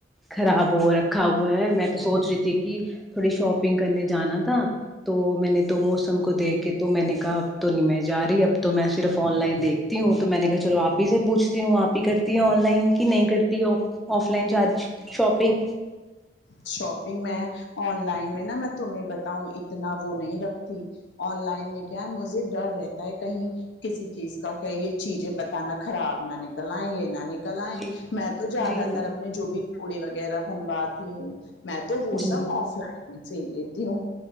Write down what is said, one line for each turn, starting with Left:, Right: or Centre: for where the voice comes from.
Centre: خراب ہو رکھا ہوا ہے میں تو سوچ رہی تھی کہ تھوڑی شاپنگ کرنے جانا تھا تو میں نے تو موسم کو دیکھ کے تو میں نے کہا اب تو نہیں مے جا رہی ہے اب تو میں صرف آن لائن دیکھتی ہوں تو میں نے کہا چلو آپ ہی سے پوھتی ہوں آپ ہی کا آن لائن کی نہیں کرتی آف لائن جا شاپنگ
Left: شاپنگ میں آن لائن میں نا میں تمہیں بتاؤں اتنا وہ نہیں رکھتی آن لائن میں کیا ہے مجھے ڈر رہتا ہے کہیں کسی چیز کا کیا یہ چیزیں پتہ نہ خراب نہ نکلنا ہے یہ نہ نکل میں
Centre: جی
Left: تو زیادہ
Centre: جی جی
Left: تر اپنے جو بھی پڑی وغیرہ بنواتی ہوں میں تو وہ
Centre: جی
Left: سب آف لائن میں کر لیتی ہوں